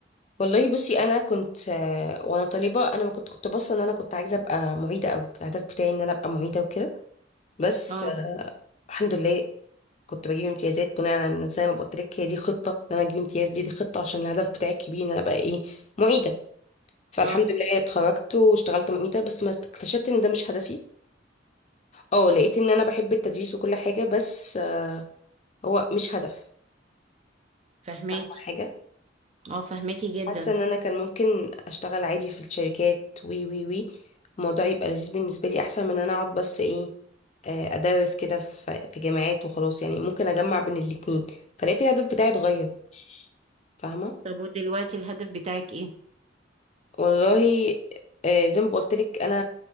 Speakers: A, on the left (about 35°); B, on the right (about 35°).
A: والله بصي انا كنت آه، وانا طالبة انا ما كنت كنت باصة ان انا كنت عايزة ابقى معيدة قوي الهدف بتاعي ان انا ابقى معيدة وكده بس
B: اه
A: آه، الحمد لله كنت بجيب امتيازات بناء على إن زي ما قلت لك هي دي خطة ان انا اجيب امتياز دي دي خطة عشان الهدف بتاعي الكبير ان انا ابقى ايه معيدة فالحمد
B: اه
A: لله اتخرجت واشتغلت معيدة بس ما اكتشفت ان ده مش هدفي اه لقيت ان انا بحب التدريس وكل حاجة بس آه، هو مش هدف
B: فهماكي
A: فاهمة حاجة
B: اه فهماكي جدا
A: حاسة ان انا كان ممكن اشتغل عادي في الشركات وي وي وي الموضوع يبقى لذيذ بالنسبة لي احسن من ان انا اقعد بس ايه آه، ادرس كده في في جامعات وخلاص يعني ممكن اجمع بين الاتنين فلقيت الهدف بتاعي اتغير فاهمة
B: طب ودلوقتي الهدف بتاعك ايه
A: والله آه، زي ما بقولتلك انا